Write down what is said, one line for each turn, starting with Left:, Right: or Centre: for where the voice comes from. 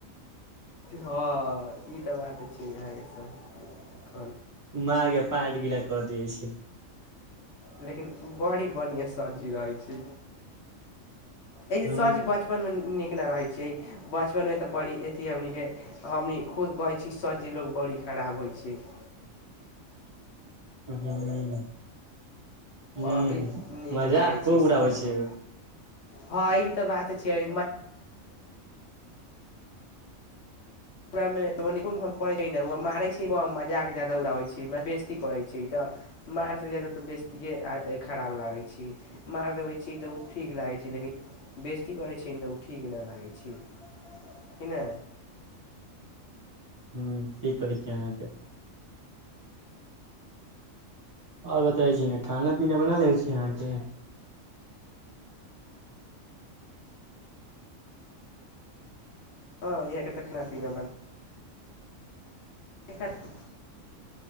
Left: हँ ई तऽ बात छै अहाँके स
Right: मारके पाँच गिला कर दियै छै
Left: लेकिन बड़ी बढ़िआँ सबजी रहै छै एहि जे
Right: हूँ
Left: सरजी बचपन मे नीक ने रहै छियै बचपन मे तऽ बड़ी अथ हमन के हमनी खुद कहै छी स जे लोग बड़ी खराब होइ छै <inaudible>
Right: हू <unintelligible>
Left: अभी
Right: ह
Left: नीक
Right: मजा
Left: लागै
Right: खूब
Left: छै सर
Right: उड़ाबै छै
Left: लोग हँ ई तऽ बात छिये ओकरा मेड़ छै मारै छै मजाक के जााद उड़ाबै छै बेस्ती करै छीय तऽ मारसँ जादा तऽ बेस्तियए खराब लागै छै मार देबैत छी तऽ ओ ठीक लागैत छै लेकिन बेस्ती करै छी तऽ उ ठीक नहि लागै छी क नहि
Right: - की कहै छै अहाँके आओर बताै छी ने खाना पीना बना लै छी अहाँके
Left: हँ इहाँके तऽ खाना पीना बन जे खति